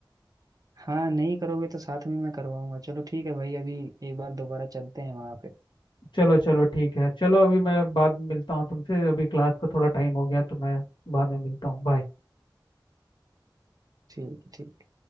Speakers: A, on the right; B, on the left.
A: हाँ नहीं करोगे तो साथ में मैं करवाऊंगा चलो ठीक है भाई अभी एक बार दोबारा चलते हैं वहां पे
B: चलो चलो ठीक है चलो अभी मैं बाद में मिलता हूँ तुमसे अभी क्लास का थोड़ा टाइम हो गया तो मैं बाद में मिलता हूँ बाय
A: ठीक ठीक